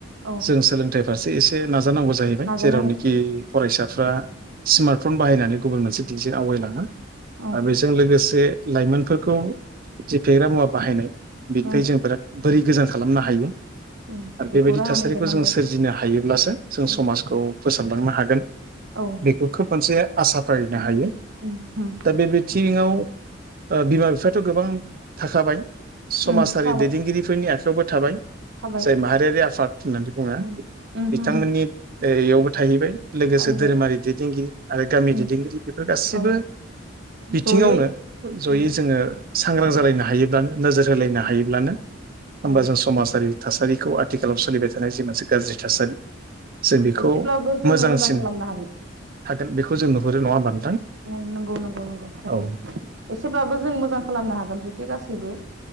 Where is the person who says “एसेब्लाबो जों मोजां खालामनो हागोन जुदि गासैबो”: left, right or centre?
Right